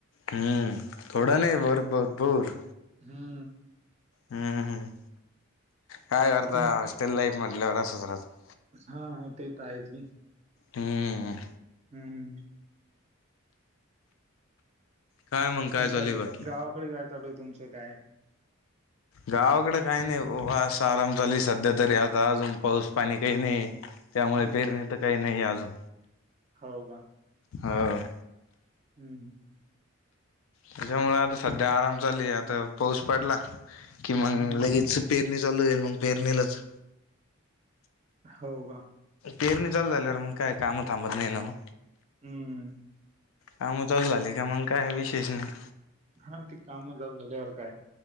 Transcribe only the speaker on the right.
ह्म्म.
तुम
हा हा ते त आहेच.
हम्म.
मग
काय
गावाकडे जायं चालू तुमचं काय
हं, हं.
हो का.
हम्म.
हं,
हं.
हो का.
हम्म.
हा ती काम झाल्यावर काय